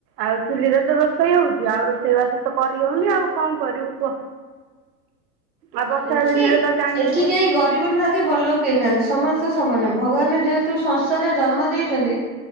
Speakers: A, on the right (about 85°); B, in the centre.
A: ଆଉ ଚୁଲିରେ ତ ରୋଷେଇ ହଉଛି ଆଉ ରୋଷେଇବାସ ତ କରିହୋଉନି ଆଉ କଣ କରିବୁ କୁହ। ଆଉ ବର୍ଷା
B: ଏଠି
A: ଦିନରେ
B: କେହି
A: ତ ଜାଣିଥିବ
B: ଏଠି କେହି ଗ ରିବ ନାହାନ୍ତି ବଡ଼ ଲୋକ କେହିନାହାନ୍ତି। ସମସ୍ତେ ସମାନେ ଭଗବାନ ଯେହେତୁ ସଂସାରେ ଜନ୍ମ ଦେଇଛନ୍ତି